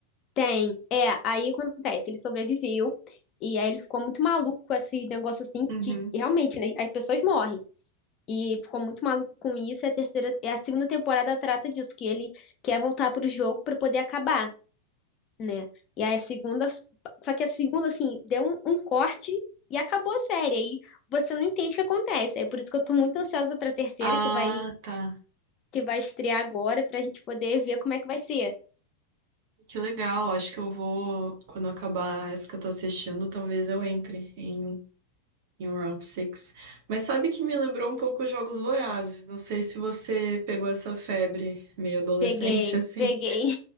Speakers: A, on the left; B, on the right.
A: Tem, é, aí acontece, ele sobreviveu, e aí ele ficou muito maluco com esses negócios assim,
B: Uhum.
A: que realmente, né, as pessoas morrem, e ficou muito maluco com isso, e a terceira, e a segunda temporada trata disso, que ele quer voltar pro jogo pra poder acabar, né, e aí a segunda, só que a segunda, assim, deu um, um corte e acabou a série, aí você não entende o que acontece, é por isso que eu tô muito ansiosa pra terceira,
B: Ah,
A: que vai,
B: tá.
A: que vai estrear agora, pra gente poder ver como é que vai ser.
B: Que legal. Acho que eu vou, quando eu acabar essa que eu tô assistindo, talvez eu entre em, em um Round six. Mas sabe que me lembrou um pouco os Jogos Vorazes. Não sei se você pegou essa febre meio adolescente,
A: Peguei,
B: <laughs> assim.
A: peguei.